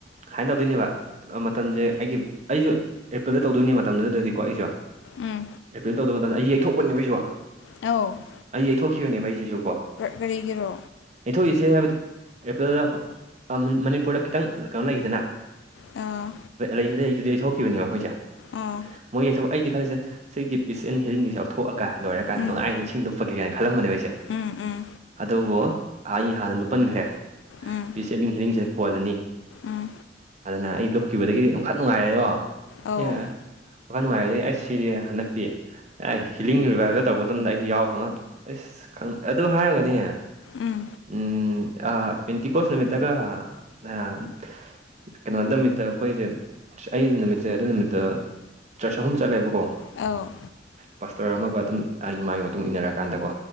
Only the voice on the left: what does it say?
ꯎꯝ
ꯑ <unintelligible>
ꯀꯔꯤꯒꯤꯔꯣ
ꯑꯥ
ꯑꯥ
ꯎꯝ
ꯎꯝ ꯎꯝ
ꯎꯝ
ꯎꯝ
ꯑꯧ
ꯎꯝ
ꯑꯥꯎ